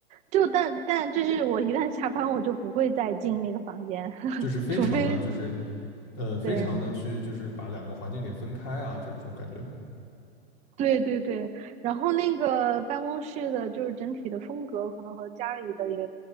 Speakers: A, on the right; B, on the left.
A: 就但但就是我一旦下班，我就不会再进那个房间，<laughs>
B: 就是非常的就是
A: 除非
B: 呃非常的去就是把两个环境给分开啊，
A: 对
B: 就是这种感觉。
A: 对对对，然后那个办公室的，就是整体的风格可能和家里的也